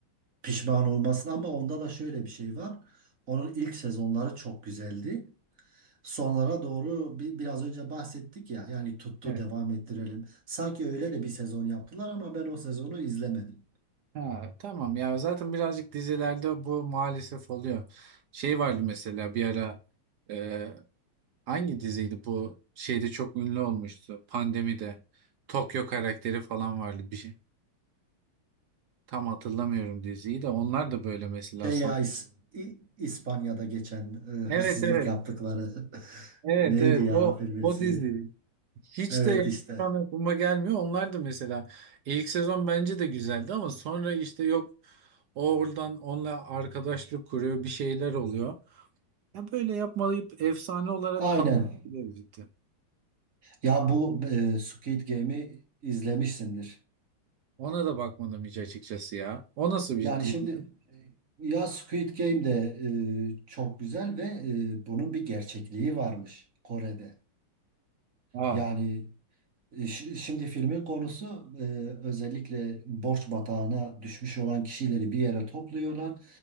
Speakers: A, on the right; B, on the right.
A: pişman olmasın ama onda da şöyle bir şey var. Onun ilk sezonları çok güzeldi. Sonlara doğru bir, biraz önce bahsettik ya yani tuttu
B: Evet.
A: devam ettirelim. Sanki öyle de bir sezon yaptılar ama ben o sezonu izlemedim.
B: Ha, tamam ya zaten birazcık dizilerde bu maalesef oluyor. Şey vardı mesela bir ara e, hangi diziydi bu şeyde çok ünlü olmuştu pandemide. Tokyo karakteri falan vardı bir şey. Tam hatırlamıyorum diziyi de onlar da böyle mesela
A: Şey
B: son.
A: ya İs- İ- İspanya'da geçen e,
B: Evet
A: hırsızlık
B: evet
A: yaptıkları <laughs>
B: Evet
A: neydi
B: evet
A: ya
B: o
A: filmin
B: o
A: ismi?
B: dizi hiç
A: Evet
B: de yani
A: işte.
B: şu an aklıma gelmiyor. Onlar da mesela ilk sezon bence de güzeldi ama sonra işte yok o oradan onunla arkadaşlık kuruyor bir şeyler oluyor. Ya böyle yapmayıp efsane olarak
A: Aynen.
B: kalıp gidebilirdi.
A: Ya bu e, Squid Game'i izlemişsindir.
B: Ona da bakmadım hiç açıkçası ya. O nasıl bir
A: Yani
B: dizi?
A: şimdi e, ya Squid Game de e, çok güzel ve e, bunun bir gerçekliği varmış Kore'de.
B: Aa.
A: Yani e, şi- şimdi filmin konusu e, özellikle borç batağına düşmüş olan kişileri bir yere topluyorlar